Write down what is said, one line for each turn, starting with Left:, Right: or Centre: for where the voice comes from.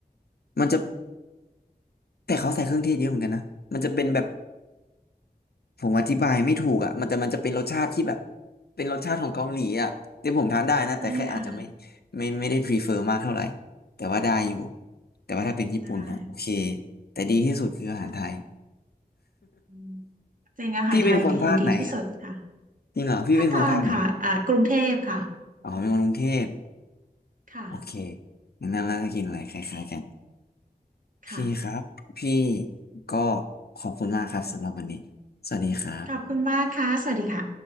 Left: มันจะแต่เขาใส่เครื่องเทศเยอะเหมือนกันนะมันจะเป็นแบบผมอธิบายไม่ถูกอ่ะมันจะมันจะเป็นรสชาติที่แบบเป็นรสชาติของเกาหลีอ่ะที่ผมทานได้นะแต่แค่อาจจะไม่
Right: ใช่ค่ะ
Left: ไม่ไม่ได้ prefer มากเท่าไหร่แต่ว่าได้อยู่แต่ว่าถ้าเป็นญี่ปุ่นนะโอเค
Right: ได้
Left: แต่ดีที่สุดคืออาหารไทย
Right: เ่ะอืมจริงอาหารไทยดีดีที่สุดค่ะ
Left: พี่เป็นคนภาคไหนอ่ะจริงเหรอพี่เป็นคนภาคไหน
Right: ภาคกลางค่ะอ่ากรุงเทพค่ะ
Left: อ๋อเป็นคนกรุงเทพ
Right: ค่ะ
Left: โอเคงั้นล่าจะกินอะไรคล้ายๆกันโอเคครับพี่
Right: ค่ะ
Left: ก็ขอบคุณมากครับสำหรับวันนี้
Right: โอเคค่ะ
Left: สวัสดีครับ
Right: ขอบคุณมากค่ะสวัสดีค่ะ